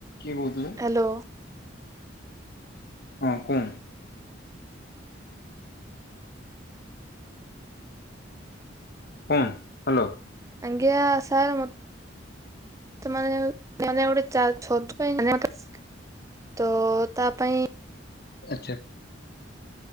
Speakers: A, on the left; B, on the right.
A: କିଏ କହୁଥିଲେ?
B: ହ୍ୟାଲୋ।
A: ହଁ କୁଁ। କୁଣ ହ୍ୟାଲୋ।
B: ଆଙ୍ଗା ସାର୍ ମ ତ ମୋନେ ଗୋଟେ <unintelligible> ତ ତା ପାଇଁ
A: ଆଛା।